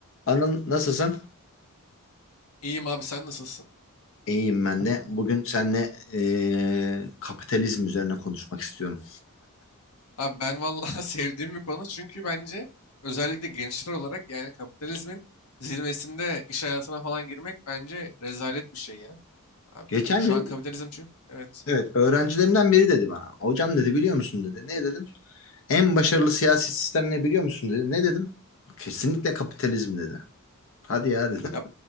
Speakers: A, on the left; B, on the left.
A: Anıl nasılsın?
B: İyiyim abi sen nasılsın?
A: İyiyim ben de. Bugün seninle eee, kapitalizm üzerine konuşmak istiyorum.
B: Abi ben vallahi <laughs> sevdiğim bir konu çünkü bence özellikle gençler olarak yani kapitalizmin zirvesinde iş hayatına falan girmek bence rezalet bir şey ya. Abi
A: Geçen
B: şu
A: gün
B: an kapitalizm çünkü evet.
A: evet öğrencilerimden biri dedi bana. Hocam dedi biliyor musun dedi. Ne dedim? En başarılı siyasi sistem ne biliyor musun dedi. Ne dedim? Kesinlikle kapitalizm dedi. Hadi ya dedim.
B: Ya